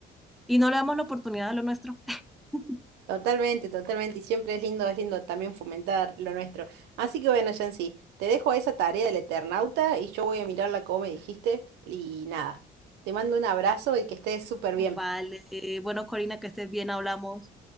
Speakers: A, in the centre; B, on the right.
A: y no le damos la oportunidad a lo nuestro. <laughs>
B: Totalmente, totalmente, y siempre es lindo, es lindo también fomentar lo nuestro. Así que bueno, Yancy, te dejo esa tarea del Eternauta y yo voy a mirarla como me dijiste y nada, te mando un abrazo y que estés súper
A: Vale,
B: bien.
A: bueno, Corina, que estés bien, hablamos.